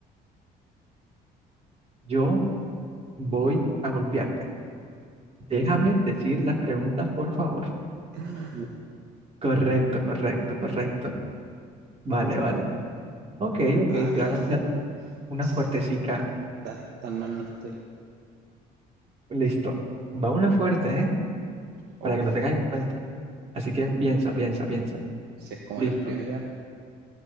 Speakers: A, on the right; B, on the right.
A: Yo voy a golpearte. Déjame decir las preguntas, por favor.
B: <laughs>
A: Correcto, correcto, correcto. Vale, vale. Ok, ok,
B: Ah,
A: te
B: ¿viste?
A: voy a lanzar una
B: Sí,
A: fuertecica.
B: tan, tan mal no estoy.
A: Listo. Va una fuerte, ¿eh?
B: Uf,
A: Para que lo tengas en cuenta. Así que piensa, piensa, piensa.
B: si es como
A: Listo.
B: las primeras.